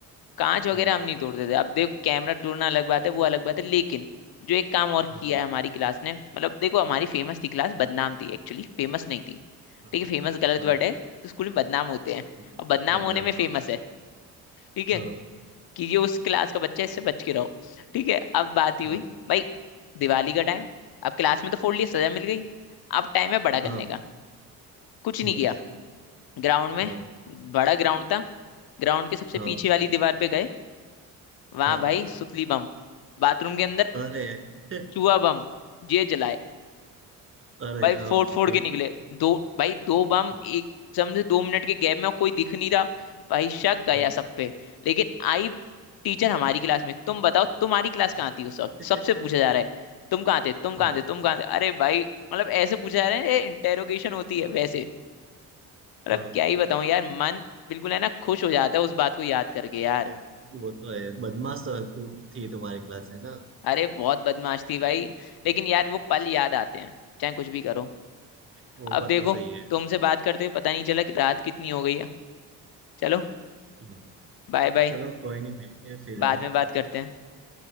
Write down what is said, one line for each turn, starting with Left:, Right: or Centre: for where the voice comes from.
Left: कांच वगैरह
Right: हम्म,
Left: हम नहीं तोड़ते थे अब देखो कैमरा तोड़ना अलग बात है वो अलग बात है लेकिन जो एक काम और
Right: हाँ
Left: किया है हमारी क्लास ने मतलब देखो हमारी फेमस थी क्लास बदनाम थी एक्चुअली फेमस नहीं थी
Right: हाँ
Left: ठीक है फेमस गलत
Right: हाँ
Left: वर्ड है स्कूल में बदनाम होते हैं
Right: हम्म,
Left: और बदनाम
Right: बदनाम
Left: होने में फेमस
Right: हाँ
Left: है ठीक
Right: <laughs>
Left: है
Right: हाँ
Left: कि ये उस क्लास का बच्चा है, इससे बच के रहो ठीक है अब बात ही
Right: हाँ
Left: हुई भाई दिवाली का टाइम अब क्लास में तो फोड़ लिया सजा मिल गई अब टाइम है बड़ा करने
Right: हाँ
Left: का कुछ नहीं
Right: हम्म,
Left: किया ग्राउंड में
Right: हाँ
Left: बड़ा ग्राउंड था ग्राउंड के सबसे
Right: हाँ
Left: पीछे वाली दीवार पे गए वहां
Right: हाँ
Left: भाई सुतली बम बाथरूम के अंदर
Right: अरे <laughs>
Left: चूहा बम ये जलाए
Right: अरे
Left: भाई फोड़
Right: हाँ
Left: फोड़
Right: फिर
Left: के निकले दो भाई दो बम
Right: हाँ
Left: एक समझे दो मिनट के गैप में और कोई दिख नहीं रहा भाई शक गया
Right: हम्म,
Left: सब पे लेकिन आई टीचर हमारी क्लास में तुम बताओ तुम्हारी क्लास
Right: हाँ
Left: कहाँ थी उस वक्त
Right: <laughs>
Left: सबसे पूछा जा रहा है तुम कहाँ थे तुम कहाँ
Right: हाँ
Left: थे तुम कहाँ थे अरे भाई मतलब ऐसे पूछा जा रहा है इंटेरोगेशन होती है वैसे मतलब
Right: हाँ,
Left: क्या ही बताऊं यार मन बिल्कुल है ना खुश हो जाता है उस बात को याद करके यार
Right: अरे वो तो है बदमाश तो तू थी तुम्हारी क्लास है ना
Left: अरे बहुत बदमाश थी भाई
Right: <laughs>
Left: लेकिन यार वो पल याद आते हैं चाहे कुछ भी करो
Right: वो
Left: अब
Right: बात
Left: देखो
Right: तो सही है
Left: तुमसे बात करते हुए पता नहीं चला कि रात कितनी हो गई है चलो
Right: हाँ,
Left: बाय बाय
Right: चलो कोई नहीं मिलते हैं फिर है
Left: बाद
Right: ना
Left: में बात करते हैं